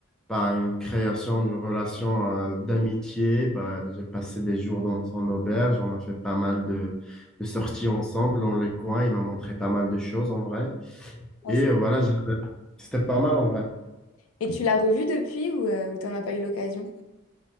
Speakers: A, in the centre; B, on the left.
A: par une création d'une relation euh, d'amitié. Bah, j'ai passé des jours dans son auberge, on a fait pas mal de, de sorties ensemble dans les coins. Il m'a montré pas mal de choses en vrai.
B: ah,
A: Et
B: c'est-
A: euh, voilà, j'ai- c'était pas mal en vrai.
B: et tu l'as revu depuis ou, euh, ou t'en as pas eu l'occasion?